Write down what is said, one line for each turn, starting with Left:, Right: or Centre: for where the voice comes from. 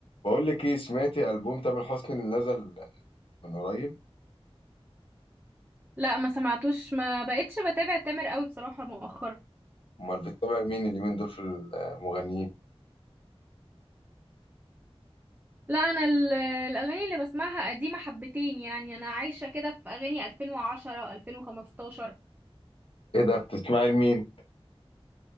Left: بقول لك ايه سمعتي ألبوم تامر حسني اللي نزل من قريب
Right: لا ما سمعتوش ما بقتش بتابع تامر قوي بصراحة مؤخرا
Left: امال بتتابع مين اليومين دول في المغنيين
Right: لا انا ال- الاغاني اللي بسمعها قديمة حبتين يعني انا عايشة كده في اغاني 2010 و2015
Left: ايه ده بتسمعي لمين